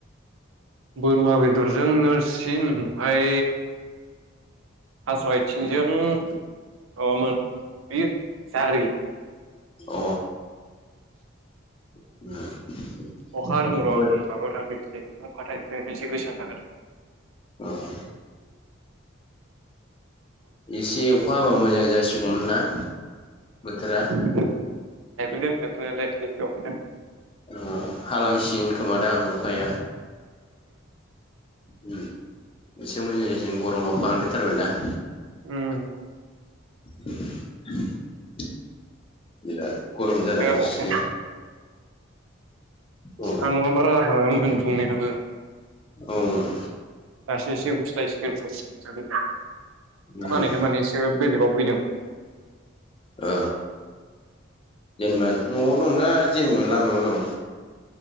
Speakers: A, on the right; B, on the left.
A: बोरमा बेदरजों नोरसिन ओमफ्राय थास' आथिंजों माबामोन बे जारि
B: अ <inaudible> <inaudible>
A: अखा रों र'
B: बोथ
A: आंो माबायाव थांबायदिै अखाथायाइ फै एसे गोसा जागोन
B: <inaudible> एसे अखा हाबा मोजां जासिगौमोन नना बोथोरा
A: थायफ्रिदों थायफ्रिनायालाय एसे एसे अखाया
B: अ हालांसिगोन खोमादां अखाया। उम एसे मोजां जसिगोन गरमा बांद्रायथारबाय ना।
A: उम
B: <inaudible> बिराद गरम
A: अखाया
B: <unintelligible>
A: अखाया
B: औ
A: हा न'ङआ बारा जाखङामोन बुंनायाबो
B: ओम
A: दासो एसे बुस्लायसिगोन अखा
B: उम
A: हानायखाय माने एसे बेलेगाव फैदों
B: औ जेनेबा न'आव दंना जेनेबा लामायाव दं